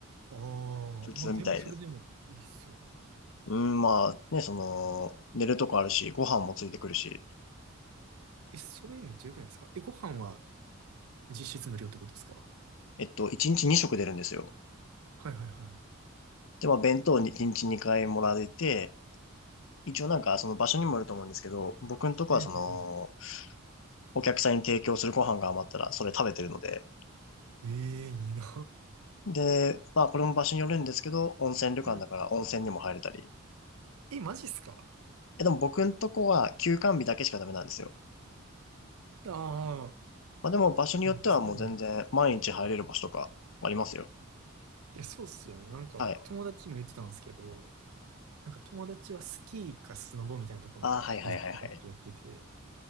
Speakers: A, on the right; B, on the left.
A: ああ
B: 普通みたいです。
A: ー、まあでもそれでもいいっすよね。
B: うん、まあね、その、寝るとこあるし、ご飯もついてくるし、
A: え、それめっちゃ良くないですかえ、ご飯は実質無料ってことですか
B: えっと、1日2食出るんですよ。
A: はいはいは
B: で、まあ弁当に1日2回もらえて、一応なんかその場所にもよると思うんですけど、僕のとこはその、
A: い。うん
B: お客さんに提供するご飯が余ったらそれ食べてるので、
A: うん。ええいいな。
B: で、まあこれも場所によるんですけど、温泉旅館だから温泉にも入れたり、
A: うん。え、マジっすか
B: え、でも僕んとこは休館日だけしかダメなんですよ。
A: ああー、
B: まあでも場所によってはもう全然毎日入れる場所とかありますよ。
A: うんそうなの。いや、そうっすよね。なんか、
B: はい。
A: 友達も言ってたんですけど、なんか友達はスキーかスノボみたいなところのリゾートバイトやってて、
B: ああ、はいはいはいはい。